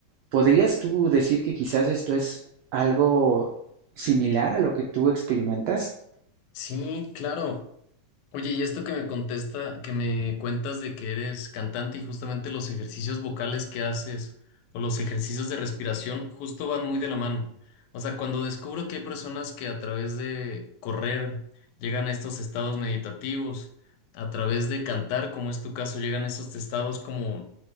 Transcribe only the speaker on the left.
Sí, claro. Oye, y esto que me contesta, que me cuentas de que eres cantante y justamente los ejercicios vocales que haces o los ejercicios de respiración justo van muy de la mano. O sea, cuando descubro que hay personas que a través de correr llegan a estos estados meditativos, a través de cantar, como es tu caso, llegan a estos estados como